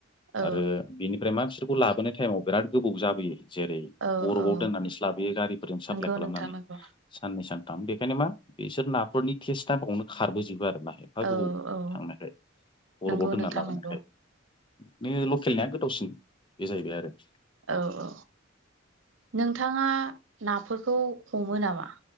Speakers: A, on the right; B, on the left.
A: औ
B: आरो बिनिफ्राय मा बिसोरखौ लाबोनाय टाइमाव बिराद गोबाव जाबोयो। जेरै
A: औ
B: बरफआव
A: औ
B: दोननानैसो लाबोयो गारिफोरजों साप्लााय
A: नंगौ
B: खालामनानै
A: नोंथां नंगौ
B: साननै सान थाम बेखायनो मा बेसोर नाफोरनि टेस्टआ बावनो खारबोजोबो आरो एफा
A: औ
B: गोबाव
A: औ
B: थांनायखाय बरफाव
A: नंगौ
B: दोनना
A: नोंथां
B: लाबोनखाय
A: नंगौ
B: नै लकेलनि नाया गोथावसिन बे जाहैबाय आरो।
A: औ औ नोंथाङा नाफोरखौ हमो नामा?